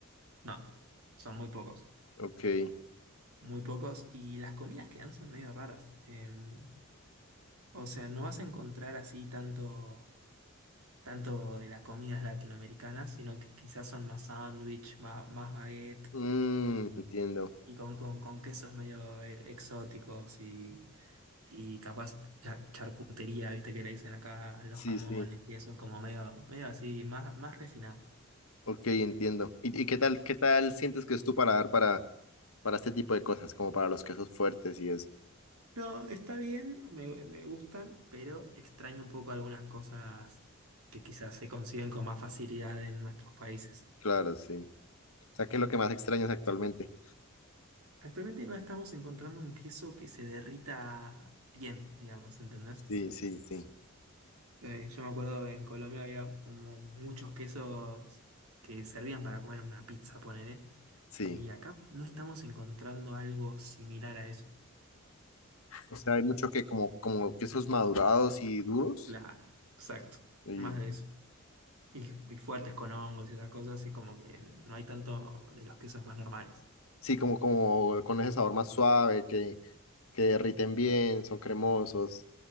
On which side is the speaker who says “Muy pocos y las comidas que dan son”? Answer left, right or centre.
Right